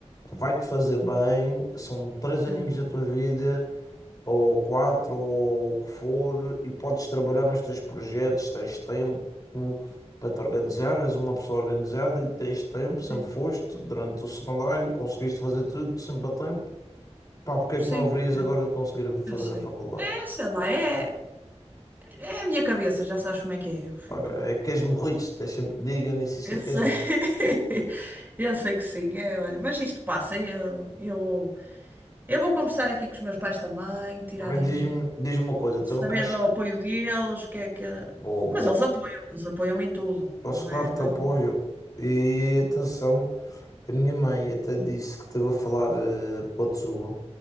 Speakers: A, on the left; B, on the right.
A: vai-te fazer bem, são três aninhos
B: Sim,
A: da tua vida, ou quatro, ou o que for, e podes trabalhar nos teus projetos, tens tempo para te organizar, és uma pessoa organizada e tens tempo, sempre
B: sim,
A: foste, durante o secundário, conseguiste fazer tudo sempre a tempo. Pá, porque
B: sim,
A: é que não haverias agora de conseguir fazer
B: eu sei.
A: a faculdade?
B: É, sei lá, é, é a minha cabeça, já sabes como é que é. Eu fico.
A: Ora, é que és morriste, deixa-me que te diga, eu nem sei
B: Eu
A: se é
B: sei,
A: que és mo-
B: <laughs> eu sei que sim, é, olha, mas isto passa. é, Eu, eu vou, eu vou conversar aqui com os meus pais também, tirar
A: Mas
B: aí,
A: diz-me diz me uma coisa, tu
B: saber
A: não queres.
B: do apoio deles, o que é que.
A: Boa, boa.
B: Mas eles apoiam, eles apoiam-me em tudo,
A: Posso,
B: não
A: claro,
B: é,
A: te
B: não é?
A: apoio. E atenção, a minha mãe até disse que esteve a falar eh, com a Tsuba,